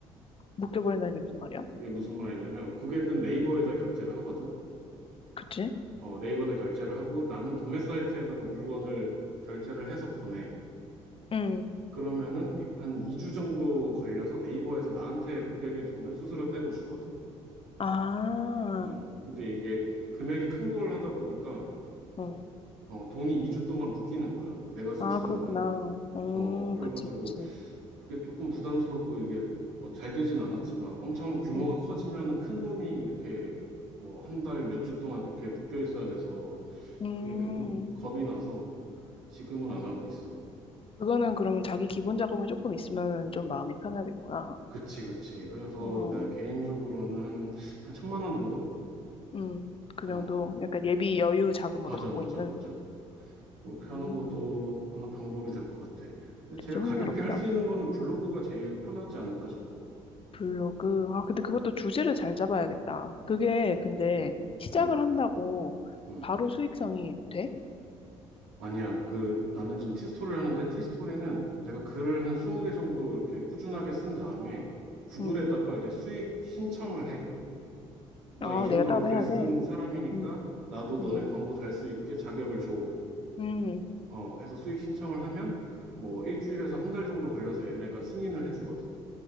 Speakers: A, on the left; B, on the right.
A: 묶여버린다는 게 무슨 말이야?
B: 그게 무슨 말이냐면 고객은 네이버에다 결제를 하거든.
A: 그치?
B: 어, 네이버에다 결제를 하고 나는 도매 사이트에다가 물건을 결제를 해서 보내.
A: 응,
B: 그러면은 이- 한 2주 정도 걸려서 네이버에서 나한테 고객의 돈을 수수료 떼고 주거든.
A: 아,
B: 음, 근데 이게 금액이 큰 걸 하다 보니까
A: 어.
B: 어, 돈이 2주 동안 묶이는 거야. 내가 쓸
A: 아,
B: 수
A: 그렇구나.
B: 없는.
A: 음,
B: 어, 그래가지고
A: 그치, 그치.
B: 그게 조금 부담스럽고 이게 뭐 잘 되진 않았지만 엄청 규모가
A: 음.
B: 커지면은 큰 돈이 이렇게 뭐 한 달 몇 주 동안 그렇게 묶여 있어야 돼서
A: 음,
B: 그게 조금 겁이 나서 지금은 안 하고 있어.
A: 그거는 그러면 자기 기본 자금이 조금 있으면 좀 마음이 편하겠구나.
B: 그치, 그치. 그래서
A: 어,
B: 내가 개인적으로는 한, 한 천만 원 정도?
A: 음, 그
B: 어,
A: 정도 약간 예비 여유 자금으로
B: 맞아,
A: 갖고
B: 맞아,
A: 있는.
B: 맞아. 그렇게
A: 음,
B: 하는 것도 하나 방법이 될 것 같아. 근데 제일
A: 진짜
B: 가볍게
A: 흥미롭다.
B: 할 수 있는 거는 블로그가 제일 편하지 않을까 싶어.
A: 블로그. 아, 근데 그것도
B: 응,
A: 주제를 잘 잡아야겠다. 그게 근데
B: 응,
A: 시작을
B: 응,
A: 한다고
B: 응.
A: 바로 수익성이 돼?
B: 아니야. 그 나는 지금 티스토리를 하는데 티스토리는 내가 글을 한 20개 정도 이렇게 꾸준하게 쓴 다음에 구글에다가
A: 음,
B: 이제 수익 신청을 해. 나
A: 아,
B: 이 정도로
A: 내가 따로
B: 글
A: 해야
B: 쓴
A: 돼?
B: 사람이니까
A: 음.
B: 나도 너네
A: 음,
B: 광고 달 수 있게 자격을 줘.
A: 음.
B: 어, 해서 수익 신청을 하면 뭐 일주일에서 한 달 정도 걸려서 얘네가 승인을 해주거든.